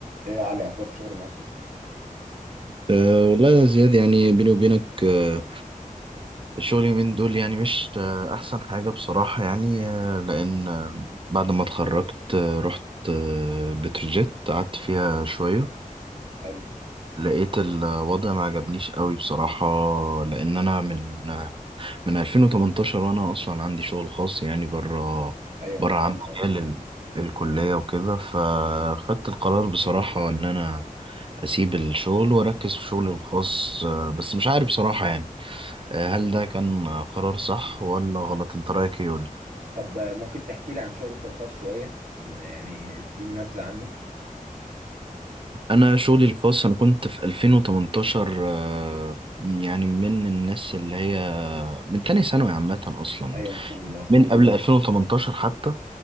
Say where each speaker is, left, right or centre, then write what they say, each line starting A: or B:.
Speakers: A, on the right; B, on the right.
A: ايه يا علي اخبار الشغل معاك إيه؟
B: أه والله يا زياد يعني بيني وبينك أه الشغل اليومين دول يعني مش أه أحسن حاجة بصراحة يعني أه لأن أه بعد ما اتخرجت أه رحت أه بتروجيت قعدت فيها شوية
A: حلو
B: لقيت الوضع ما عجبنيش قوي بصراحة لأن أنا من أه من 2018 وأنا أصلا عندي شغل خاص يعني بره
A: ايوه
B: بره
A: ما شاء
B: عن
A: الله
B: مجال ال- الكلية وكده فخدت القرار بصراحة إن أنا أسيب الشغل وأركز في شغلي الخاص أه بس مش عارف بصراحة يعني آه، هل ده كان قرار صح ولا غلط انت رايك ايه قولي
A: طب آه، ممكن تحكي لي عن شغلك الخاص شويه يعني تديني نبذه عنه
B: انا شغلي الخاص انا كنت في 2018 آه، يعني من الناس اللي هي من تاني ثانوي عامة اصلا
A: ايوه ما شاء الله
B: من قبل 2018 حتى